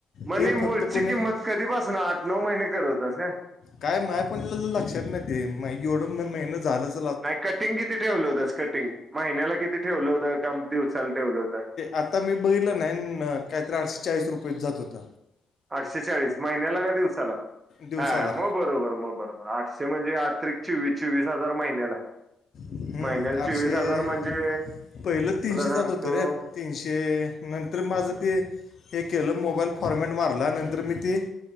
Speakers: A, on the right; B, on the left.
A: मण
B: ते
A: मुची
B: फक्त कोणी
A: किंमत कधीपासना आठ नऊ महिने करत होतास का?
B: काय मला पण लक्षात नाही ते एवढं महीने झालंच.
A: नाही कटिंग किती ठेवल होतस कटिंग महिन्याला किती ठेवल होत का दिवसाला ठेवलं होत.
B: आता मी बघलं ना काहीतरी आठशे चाळीस रुपय जात होत.
A: आठशे चाळीस महिन्याला का दिवसाला
B: दिवसाला
A: हा मग बरोबर मग बरोबर आठशे म्हणजे आठ चोवीस चोवीस हजार महिन्याला
B: हम्म,
A: महिन्याला
B: आठशे
A: चोवीस हजार म्हणजे
B: पहिलं तीनशे
A: तुला
B: जात
A: सांगतो.
B: होतं रे तीनशे नंतर माझं
A: होय.
B: ते हे केलं मोबाईल फॉर्मॅट मारल्यानंतर मी ती